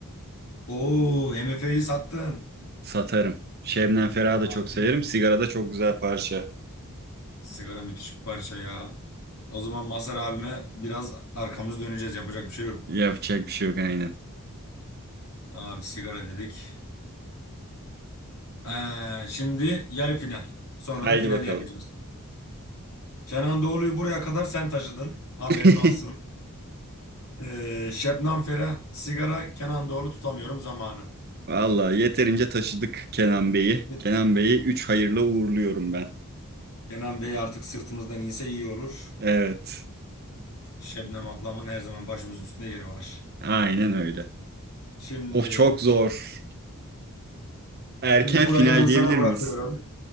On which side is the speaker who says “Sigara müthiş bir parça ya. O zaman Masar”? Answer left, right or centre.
Left